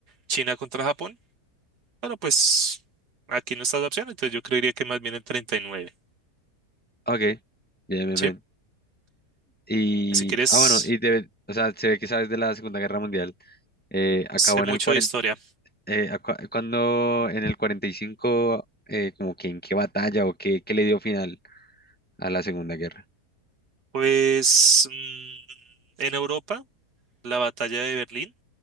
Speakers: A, on the right; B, in the centre.
A: China contra Japón. Bueno, pues aquí no está la opción, entonces yo creería que más bien el treinta y nueve
B: Ok, bien, bien,
A: Sí,
B: bien. Y,
A: si quieres,
B: ah, bueno, y debe- o sea, se ve que sabes de la Segunda Guerra Mundial. Eh, acabó
A: sé
B: en
A: mucho
B: el 40,
A: de historia.
B: eh, acua- cuando en el 45 eh, como que en qué batalla o qué, qué le dio final a la Segunda Guerra.
A: Pues mm, en Europa, la batalla de Berlín,